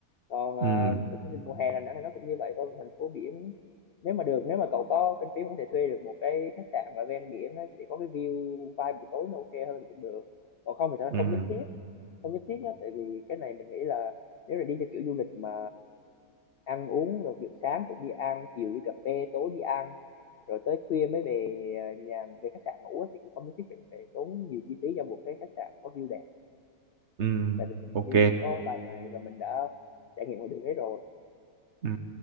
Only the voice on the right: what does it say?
ừ
ừ
ừ
ok
ừ